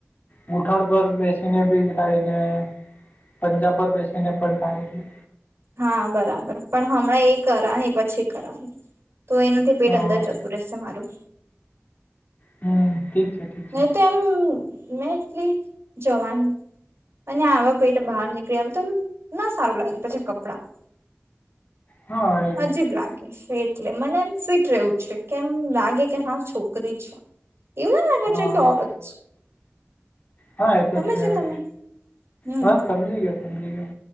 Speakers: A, on the left; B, on the right.
A: ગૂઠણ, પર બેસીને <unintelligible> થાયને પંજાબ, પર બેસીને પણ થાય. એટલે
B: હા, બરાબર પણ હમણાં એ કરા ને પછી કરનુ તો એનાથી, પેટ
A: હા
B: અંદર જતું રહેશે મારુ
A: હમ્મ ઠીક છે, ઠીક છે.
B: નહી, તો એમ મેં એટલી જવાની અને આવે પેટ બહાર નીકળી આવે તો ના સારું લાગે પછી કપડાં.
A: હા, એ બી છે.
B: હજીબ લાગે છે એટલે મને એમ ફિટ રહેવુ છે કેમ લાગે કે હા છોકરી છે એવું
A: હા,
B: અકે ઓરત
A: હા એ તો
B: સમજ્યા
A: છે હવે
B: તમે હમ
A: હા સમજી ગયો સમજી ગયો.